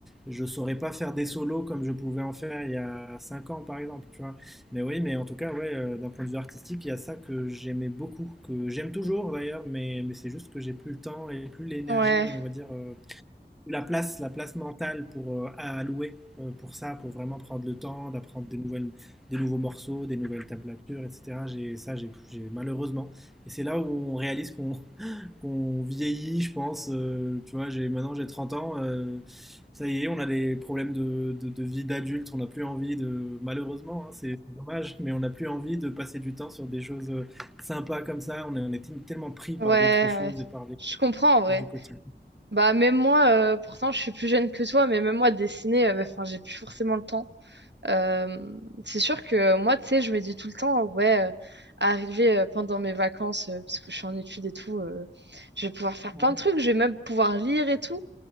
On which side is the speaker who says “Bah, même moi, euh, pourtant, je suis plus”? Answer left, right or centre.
Right